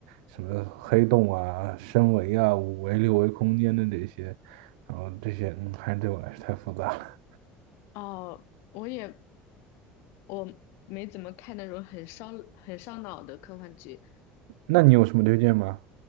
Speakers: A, on the right; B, on the left.
A: 什么黑洞啊、深维啊、五维、六维空间的这些，然后这些，嗯，还是对我来说太复杂了。
B: 哦，我也我没怎么看那种很烧很烧脑的科幻剧，
A: 那你有什么推荐吗？